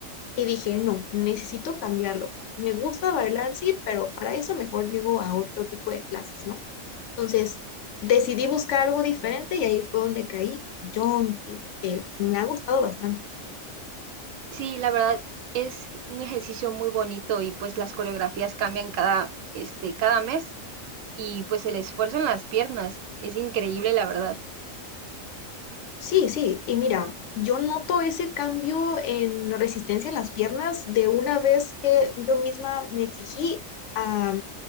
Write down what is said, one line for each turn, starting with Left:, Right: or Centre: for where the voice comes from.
Left: Y dije, no, necesito cambiarlo. Me gusta bailar, sí, pero para eso mejor llego a otro tipo de clases, ¿no? Entonces, decidí buscar algo diferente y ahí fue donde caí jumping, que me ha gustado bastante.
Right: Sí, la verdad es un ejercicio muy bonito y pues las coreografías cambian cada, este, cada mes y pues el esfuerzo en las piernas es increíble, la verdad.
Left: Sí, sí, y mira, yo noto ese cambio en la resistencia en las piernas de una vez que yo misma me exigí a